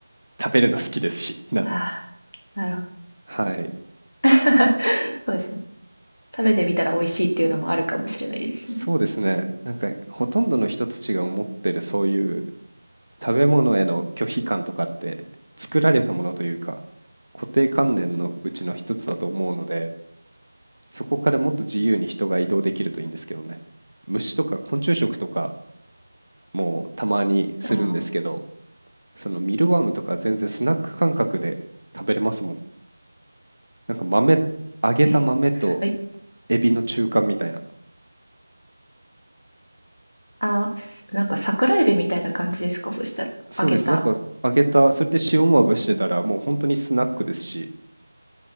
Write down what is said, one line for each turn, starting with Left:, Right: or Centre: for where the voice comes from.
Right: 食べるの好きですし、なんで、
Left: ああ、なるほど。
Right: はい。
Left: <laughs> そうですね。食べてみたら美味しいっていうのもあるかもしれないですね。
Right: そうですね。なんかほとんどの人たちが思ってるそういう食べ物への拒否感とかって作られたものというか、固定観念のうちの一つだと思うので、そこからもっと自由に人が移動できるといいんですけどね。虫とか昆虫食とかもたまにするんですけど、
Left: ああ
Right: そのミルワームとか全然スナック感覚で食べれますもん。なんか豆、揚げた豆と
Left: ーえ、はい。
Right: エビの中間みたいな。
Left: あーすなんか桜えびみたいな感じですかそしたら、
Right: そうです。
Left: 揚げた。
Right: なんか揚げた、それで塩まぶしてたらもう本当にスナックですし、
Left: そうかな。